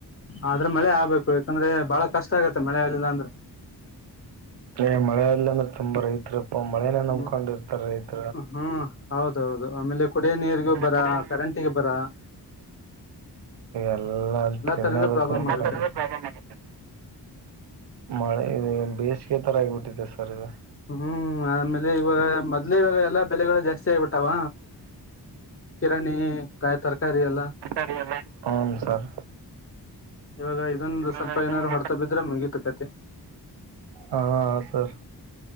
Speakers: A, on the left; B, on the right.
A: ಆದ್ರೆ ಮಳೆ ಆಗ್ಬೇಕು ಯಾಕಂದ್ರೆ ಬಾಳ ಕಷ್ಟ ಆಗತ್ತ ಮಳೆ ಆಗ್ಲಿಲ್ಲ ಅಂದ್ರೆ.
B: ಏ ಮಳೆಲ್ಲಾ ಅಂದ್ರೆ ತುಂಬಾ ರೈತಪ್ಪ ಮಳೆನ ನಂಬಕೊಂಡಿರ್ತಾರ
A: ಹ್ಮ್
B: ರೈತ.
A: ಹ್ಮ್ ಹೌದೌದು ಆಮೇಲೆ ಕುಡಿಯ ನೀರಿಗೂ ಬರ
B: ಕುಡಿಯ
A: ಕರೆಂಟಗ ಬರ.
B: ಎಲ್ಲಾ ಚಿನ್ನದಕ್ಕ
A: ತರಿಂದ ಪ್ರಾಬ್ಲಮ್
B: <unintelligible>
A: ಆಗುತ್ತೆ
B: ಮಳೆ ಇ ಬೇಸಿಗೆ ತರ ಆಗಿಬಿಟ್ಟಿದೆೆ ಸರ್ ಇದು
A: ಹ್ಮ್ ಆಮೇಲೆ ಇವಾಗ ಮೊದ್ ಇವಾಗ ಎಲ್ಲಾ ಬೆಲೆಗಳು ಜಾಸ್ತಿ ಆಗ್ಬಿಟ್ಟಾವ. ಕಿರಾಣಿ ಕಾಯಿ ತರಕಾರಿ ಎಲ್ಲ
B: <inaudible> ಹನ್ ಸರ್
A: ಇವಾಗ ಇದೊಂದು ಸ್ವಲ್ಪ
B: ಹಾಂ
A: ಏನಾದ್ರು ಹೊಡ್ತ ಬಿದ್ರೆ ಮುಗೀತುಕತಿ.
B: ಹಾ ಸರ್.